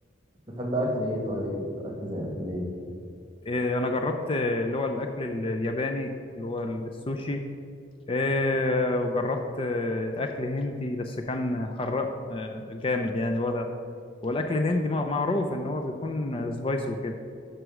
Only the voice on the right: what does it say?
بتحب اكل ايه طيب اكل زي اكل ايه